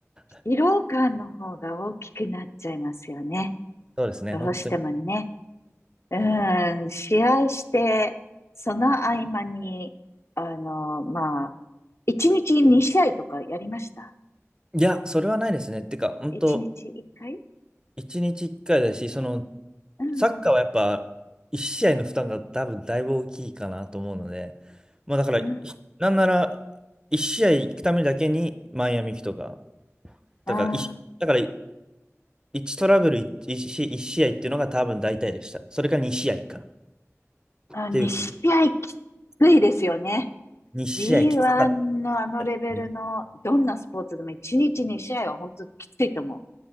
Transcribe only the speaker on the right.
<laughs>
そうですね、
本当に。
いや、それはないですね。てか、本当
一日一回だし、その、
サッカーはやっぱ、一試合の負担が多分だいぶ大きいかなと思うので、まあだから、
ひなんなら、一試合行くためだけにマイアミ行くとか、
だから一、いだから一トラブル一一試一試合っていうのが多分大体でした。それか2試合か。っ
ていうか、2試合きつかった
ね。